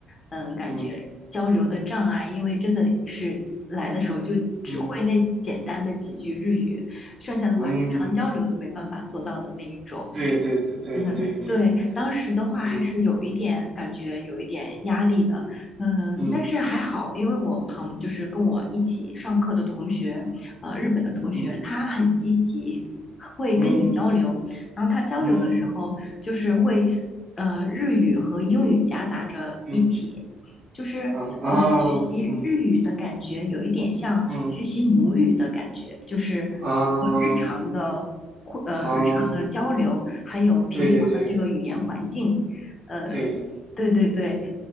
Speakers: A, on the left (about 25°); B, on the right (about 30°).
A: 嗯、感觉交流的障碍，
B: 嗯
A: 因为真的是来的时候就只会那简单的几句日语，
B: 嗯
A: 剩下的话日常交流都没办法做到的那一种。
B: 嗯，对对对对对对，
A: 嗯，对，当时的话还是有一点感觉，
B: 嗯
A: 有一点压力的，嗯，
B: 嗯
A: 但是还好，因为我旁就是跟我一起上课的同学，呃，日本的同学，
B: 嗯
A: 他很积极，会跟你交流，
B: 嗯
A: 然后他交流的时候就是会，
B: 嗯
A: 呃，日语和英语夹杂着一起，
B: 嗯。
A: 就是我学习日语的感觉有一点像学习母语的感觉，
B: 啊啊，嗯嗯
A: 就是通过日常的。
B: 啊
A: 互呃日常的交流，
B: 啊，
A: 还有平常的这个语言环境，
B: 对对对
A: 呃，
B: 对
A: 对对对，